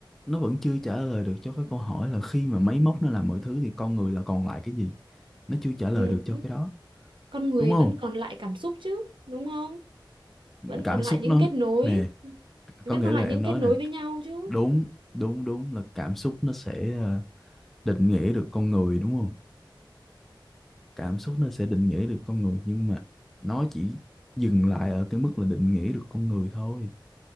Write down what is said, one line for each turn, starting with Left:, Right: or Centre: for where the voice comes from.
Centre: nó vẫn chưa trả lời được cho cái câu hỏi là khi mà máy móc nó làm mọi thứ thì con người là còn lại cái gì nó chưa trả lời
Right: ừ.
Centre: được cho cái đó
Right: con người
Centre: đúng không
Right: vẫn còn lại cảm xúc chứ đúng không vẫn
Centre: cảm
Right: còn lại
Centre: xúc
Right: những
Centre: nó
Right: kết nối
Centre: nè
Right: vẫn
Centre: có nghĩa
Right: còn lại
Centre: là
Right: những
Centre: em nói
Right: kết nối
Centre: nè
Right: với nhau chứ
Centre: đúng đúng đúng là cảm xúc nó sẽ ờ, định nghĩa được con người đúng không cảm xúc nó sẽ định nghĩa được con người nhưng mà nó chỉ dừng lại ở cái mức là định nghĩa được con người thôi